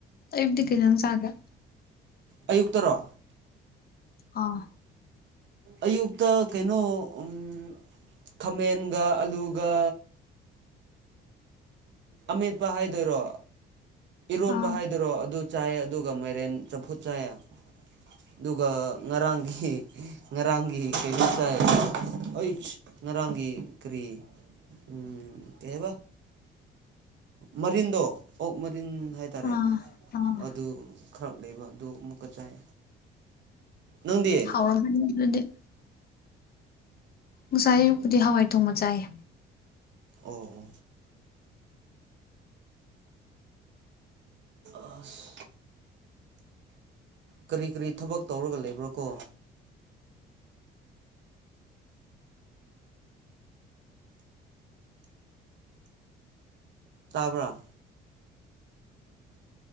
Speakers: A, on the left (about 50°); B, on the right (about 60°).
A: ꯑꯌꯨꯛꯇꯤ ꯀꯩ ꯏꯟꯁꯥꯡ ꯆꯥꯒꯦ
B: ꯑꯌꯨꯛꯇꯔꯣ
A: ꯑꯥ
B: ꯑꯌꯨꯛꯇ ꯀꯩꯅꯣ ꯎꯝ ꯈꯥꯃꯦꯟꯒ ꯑꯂꯨꯒ ꯑꯃꯦꯠꯄ ꯍꯥꯏꯗꯨꯏꯔꯣ ꯏꯔꯣꯟꯕ
A: ꯑꯥ
B: ꯍꯥꯏꯗꯨꯏꯔꯣ ꯑꯗꯨ ꯆꯥꯏ ꯑꯗꯨꯒ ꯃꯥꯏꯔꯦꯟ ꯆꯝꯐꯨꯠ ꯆꯥꯏ ꯑꯗꯨꯒ ꯉꯔꯥꯡꯒꯤ ꯉꯔꯥꯡꯒꯤ ꯀꯩꯅꯣꯝ ꯆꯥꯏ <unintelligible> ꯉꯔꯥꯡꯒꯤ ꯀ꯭ꯔꯤ ꯎꯝ ꯀꯩꯍꯥꯏꯕ ꯃꯔꯤꯟꯗꯣ ꯑꯣꯛ ꯃꯔꯤꯟ ꯍꯥꯏꯇꯔꯦ
A: ꯑꯥ ꯑꯥ
B: ꯑꯗꯨ ꯈ꯭ꯔꯛ ꯂꯩꯕ ꯑꯗꯨ ꯑꯃꯨꯛꯀ ꯆꯥꯏ ꯅꯪꯗꯤ
A: ꯍꯥꯎꯔꯝꯃꯅꯤ ꯑꯗꯨꯗꯤ ꯉꯁꯥꯏ ꯑꯌꯨꯛꯄꯨꯗꯤ ꯍꯋꯥꯏ ꯊꯣꯡꯕ ꯆꯥꯏꯌꯦ
B: ꯑꯣ ꯑꯣ ꯑꯁ ꯀꯔꯤ ꯀꯔꯤ ꯊꯕꯛ ꯇꯧꯔꯒ ꯂꯩꯕ꯭ꯔꯥ ꯀꯣ ꯇꯥꯕꯔꯥ